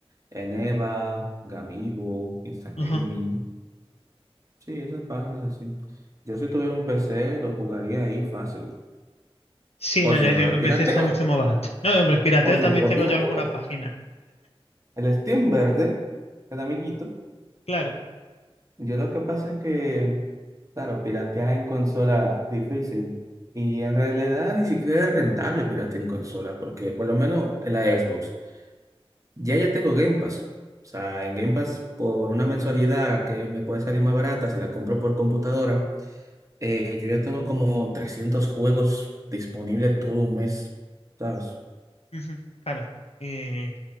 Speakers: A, on the right (about 30°); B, on the left (about 85°).
A: en EVA, Gamigo, Instant
B: Ajá.
A: Gaming. Sí, esas páginas así. Yo si tuviera un PC lo jugaría ahí fácil.
B: Sí, no,
A: O
B: ya
A: si no
B: digo,
A: lo
B: en
A: pirateo.
B: vez está mucho más barato. No, hombre, pirateo
A: O si
B: también
A: no lo
B: tengo
A: pirateo.
B: yo alguna página.
A: El Steam Verde, el amiguito.
B: Claro,
A: Yo lo que pasa es que, claro, piratear en consola difícil. Y en realidad ni siquiera es rentable piratear en consola, porque por lo menos en la Xbox. Ya ya tengo Game Pass. O sea, en Game Pass por una mensualidad que me puede salir más barata si la compro por computadora, eh, yo ya tengo como 300 juegos disponibles todo un mes, ¿sabes?
B: ujú, claro. Eh,